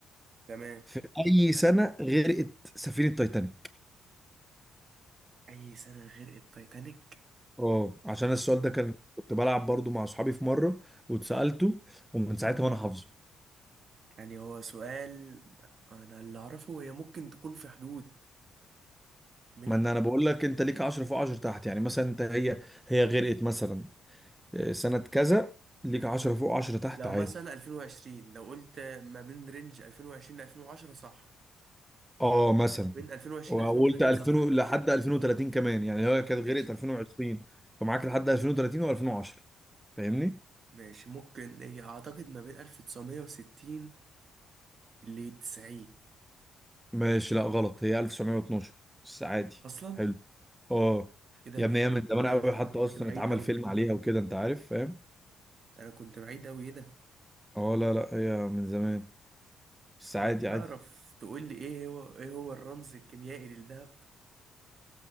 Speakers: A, on the right (about 50°); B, in the centre.
A: تمام
B: في اي
A: عن
B: سنة غرقت سفينة تايتانيك
A: اي سنة غير التايتانيك
B: اه عشان السؤال ده كان كنت بلعب برضو مع اصحابي في مرة واتسألته ومن ساعتها وانا حافظه
A: يعني هو سؤال انا اللي اعرفه هي ممكن تكون في حدود من
B: ما ان
A: ال-
B: انا بقول لك انت ليك 10 فوق 10 تحت يعني مثلا انت هي هي غرقت مثلا آه، سنة كذا ليك 10 فوق 10 تحت
A: لو
B: عادي
A: مثلا 2020 لو قلت ما بين رينج 2020 ل 2010 صح
B: اه مثلا
A: بين 2020
B: وقلت
A: ل 2030
B: 2000
A: صح
B: لحد 2030 كمان يعني هي كانت
A: ماشي
B: غرقت 2020 فمعاك لحد 2030 و2010 فاهمني
A: ماشي ممكن هي اعتقد ما بين 1960 ل 90
B: ماشي لا غلط هي 1912 بس عادي
A: اصلا
B: حلو اه
A: ايه ده
B: يا
A: ده
B: ابني هي من
A: ده,
B: زمان
A: ده,
B: قوي
A: ده,
B: حتى
A: ده
B: اصلا
A: كنت بعيد
B: اتعمل
A: قوي
B: فيلم عليها وكده انت عارف فاهم
A: انا كنت بعيد قوي ايه ده
B: اه لا لا هي من زمان بس عادي
A: طب تعرف
B: عادي
A: تقول لي ايه هو ايه هو الرمز الكيميائي للذهب